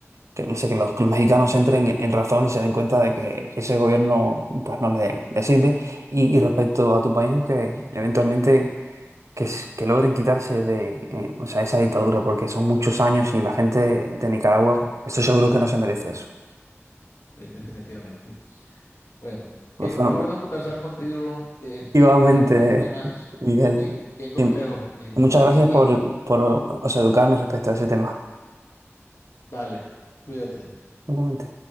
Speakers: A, on the right; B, on the left.
A: que, no sé, que los, que los mexicanos entren en razón y se den cuenta de que ese gobierno pues no le, le sirve. Y, y respecto a tu país, que eventualmente que, s- que logren quitarse de, eh, o sea, esa dictadura, porque son muchos años y la gente de Nicaragua, estoy seguro que no se merece eso.
B: eh, definitivamente. Bueno,
A: Pues
B: qué,
A: bueno,
B: qué bueno conversar contigo de
A: <laughs>
B: esto.
A: igualmente,
B: Siempre son temas
A: Miguel,
B: bien, bien complejos.
A: y
B: eh,
A: muchas
B: y,
A: gracias
B: y,
A: por,
B: y
A: por, o sea, educarme respecto a ese tema.
B: vale, cuídate.
A: Igualmente.